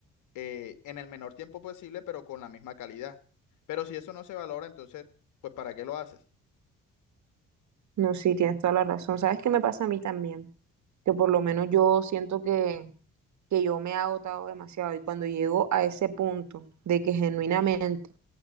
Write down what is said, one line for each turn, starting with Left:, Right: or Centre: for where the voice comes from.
Left: eh, en el menor tiempo posible, pero con la misma calidad. Pero si eso no se valora, entonces, pues ¿para qué lo haces?
Right: No, sí, tienes toda la razón. ¿Sabes qué me pasa a mí también? Que por lo menos yo siento que, que yo me he agotado demasiado y cuando llego a ese punto de que genuinamente